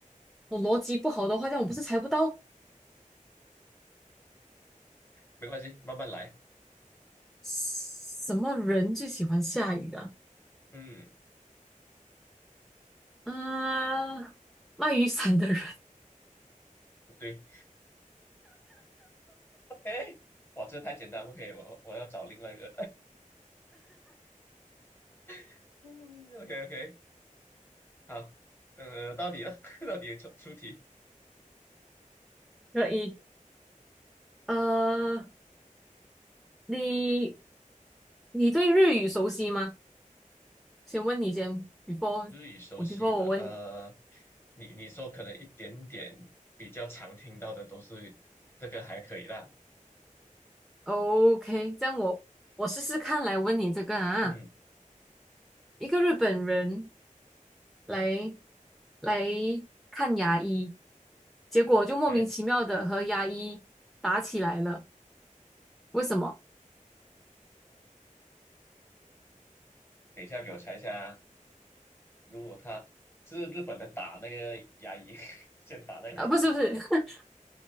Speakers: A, in the centre; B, on the left.
A: 我逻辑不好的话，这样我不是猜不到
B: 没关系，慢慢来，
A: 什么人最喜欢下雨啊？
B: 嗯，
A: 嗯、卖雨伞的人
B: 对 o 哇，这太简单，OK，我我我要找另外一个，<laughs> 嗯，OK OK，好，呃，到你了，<laughs> 到你出出题。
A: <laughs> 可以。呃，你你对日语熟悉吗？先问你先，before
B: 日语熟悉吧？
A: 我 before 我问你。
B: 呃，你你说可能一点点比较常听到的都是这个还可以啦。
A: OK，这样我我试试看来问你这个啊，
B: 嗯，o
A: 一个日本人来来看牙医，结果就莫名其妙的和牙医打起来了。
B: k
A: 为什么？
B: 等一下给我猜一下啊如果他是日本人打那个牙医，<laughs> 先打那牙医吗？
A: 呃，不是不是 <laughs>